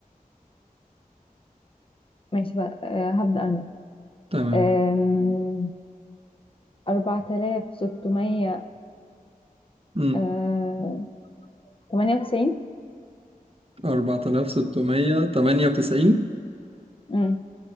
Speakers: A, on the left; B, on the right.
A: ماشي بقى آه، هبدأ أنا
B: تمام
A: آم، أربعة آلاف ستمية
B: مم.
A: آه، تمانية وتسعين
B: 4698
A: أمم،